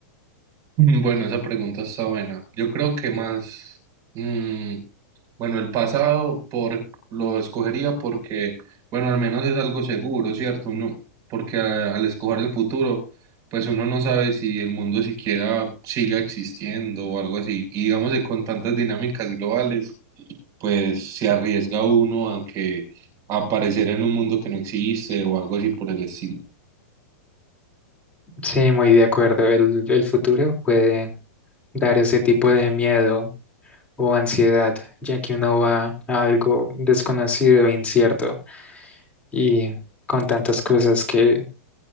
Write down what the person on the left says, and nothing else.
Sí, muy de acuerdo. El, el futuro puede dar ese tipo de miedo o ansiedad, ya que uno va a algo desconocido e incierto y con tantas cosas que